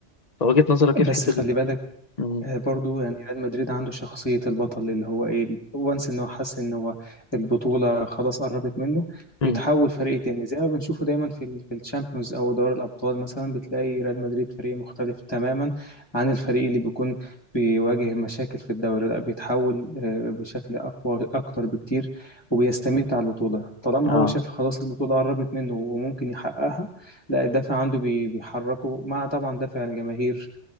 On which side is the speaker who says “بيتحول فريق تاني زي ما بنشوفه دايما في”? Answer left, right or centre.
Left